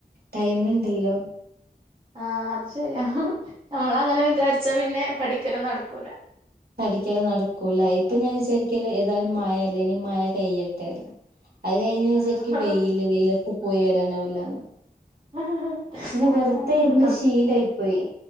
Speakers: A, on the right; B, on the right.
A: ടൈമ് ഇണ്ടല്ലോ
B: ആഹാ അത് ശരിയാ നമ്മള് അങ്ങനെ വിചാരിച്ചാ പിന്നെ പഠിക്കലോന്നും നടക്കൂല-
A: പടിക്കാതെ നടക്കൂല ഇപ്പൊ ഞാൻ വിചാരിക്കല് ഏതായും മഴ അല്ലേ ഇനി മഴ കയിട്ടെ- അത് കഴിഞ്
B: ആഹ്
A: ശരിക്കും വെയിയില് വെയിലത്ത് പോയി വരാന് ആവുല്ലെന്ന് പറയും
B: ആഹ്
A: ഇങ്ങനെ വെറുതെ
B: ആഹ്
A: ഇരുന്ന് ശീലായി പോയി